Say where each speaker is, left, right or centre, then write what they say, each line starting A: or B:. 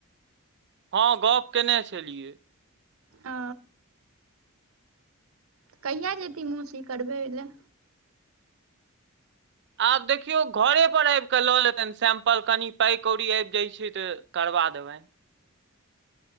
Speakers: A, on the right; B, on the right.
A: हँ गप केने छलियै।
B: ओ, कहिआ जेथिन मौसी करबै लए?
A: आब देखियौ घरे पर आबि क ल लेतनि सेम्पल कनि पाइ कौड़ी आबि जाइत छै त करबा देबनि।